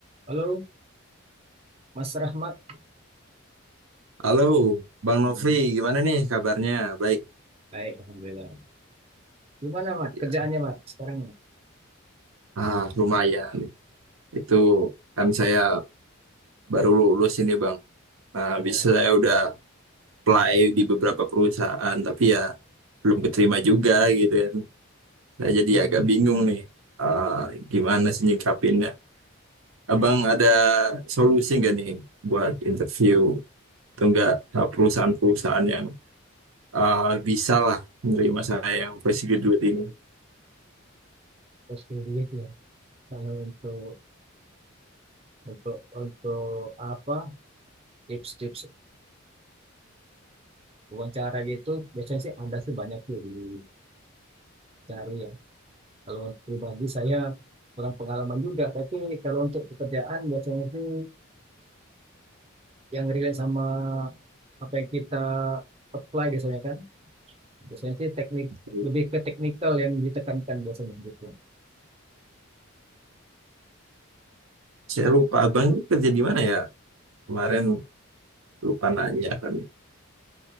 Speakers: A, on the right; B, on the right.
A: Halo, Mas Rahmat.
B: Halo, Bang
A: Hmm.
B: Nofri, gimana nih kabarnya? Baik,
A: Baik, Alhamdulillah. Gimana, Mat?
B: ya.
A: Kerjaannya, Mat, sekarang? Mat?
B: Ah, lumayan. Itu kan saya baru lulus ini, Bang. Nah,
A: Ya.
B: habis saya udah apply di beberapa perusahaan, tapi ya belum keterima juga gitu kan. Saya jadi
A: Hmm.
B: agak bingung nih, ah, gimana sih nyikapinnya. Abang
A: Hmm.
B: ada solusi nggak nih buat interview? Atau nggak ah, perusahaan-perusahaan yang ah, bisa lah menerima saya yang fresh graduate ini?
A: Terus punya duit ya. Kalau untuk untuk untuk apa tips-tips wawancara gitu biasanya sih ada sih banyak tuh dicari ya. Kalau untuk pribadi saya kurang pengalaman juga, tapi kalau untuk pekerjaan biasanya sih yang relate sama apa yang kita apply biasanya kan. Biasanya sih teknik
B: Uh.
A: lebih ke teknikal yang ditekankan biasanya gitu.
B: Saya lupa abang ini kerja di mana ya? Kemarin lupa nanya kan.